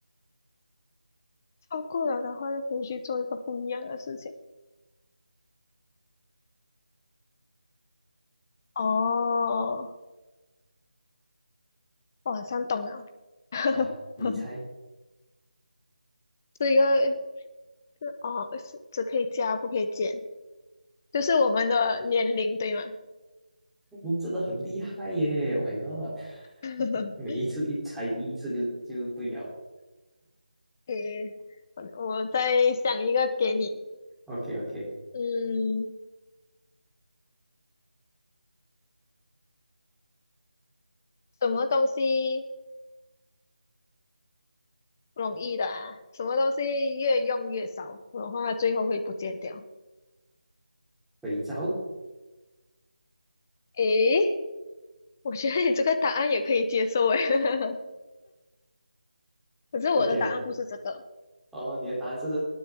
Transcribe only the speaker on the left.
超过了的话就可以去做一个不一样的事情。哦，我好像懂了，<laughs>
是一个。哦，是只可以加不可以减，就是我们的年龄对吗？
<laughs>
诶，我我再想一个给你，
嗯，什么东西容易的啊？什么东西越用越少，的话最后会不见掉？
诶，我觉得你这个答案也可以接受诶，<laughs> 可是我的答案不是这个，